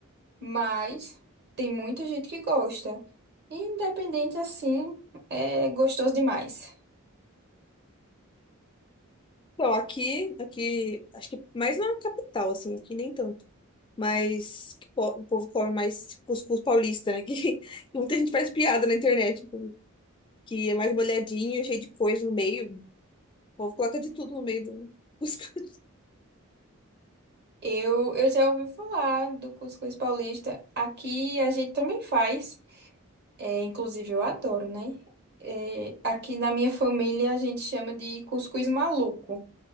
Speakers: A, on the right; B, on the left.
A: mas tem muita gente que gosta. Independente assim, é gostoso demais.
B: Então, aqui, aqui, acho que mais na capital, assim, aqui nem tanto. Mas que po- o povo come mais cuscuz paulista, né? <laughs> Que, muita gente faz piada na internet, tipo, que é mais molhadinho, cheio de coisa no meio. O povo coloca de tudo no meio do <laughs> cuscuz.
A: Eu, eu já ouvi falar do cuscuz paulista. Aqui a gente também faz. É, inclusive eu adoro, né? É, aqui na minha família a gente chama de cuscuz maluco.